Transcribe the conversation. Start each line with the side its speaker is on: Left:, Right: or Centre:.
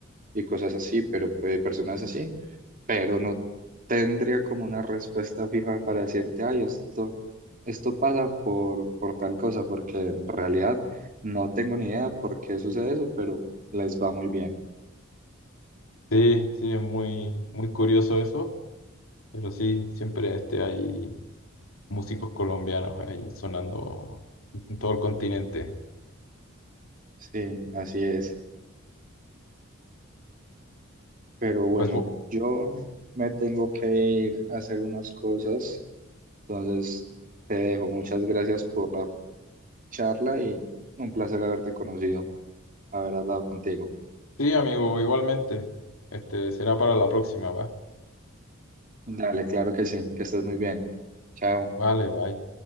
Right: y cosas así, pero eh, personas así, pero no tendría como una respuesta fija para decirte, ay, esto, esto pasa por, por tal cosa, porque en realidad no tengo ni idea por qué sucede eso, pero les va muy bien.
Left: Sí, sí, es muy, muy curioso eso, pero sí, siempre este, hay. músicos colombianos ahí sonando en todo el continente.
Right: Sí, así es. Pero bueno,
Left: Pues bu-
Right: yo me tengo que ir a hacer unas cosas, entonces te dejo. Muchas gracias por la charla y un placer haberte conocido, haber hablado contigo.
Left: sí, amigo, igualmente. Este será para la próxima, ¿va?
Right: Dale, claro que sí, que estés muy bien. Chao.
Left: Vale, bye.